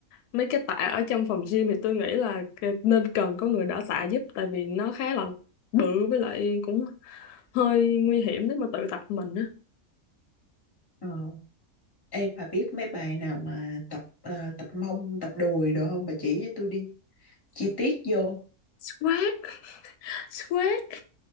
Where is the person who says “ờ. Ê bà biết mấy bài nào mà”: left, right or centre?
Left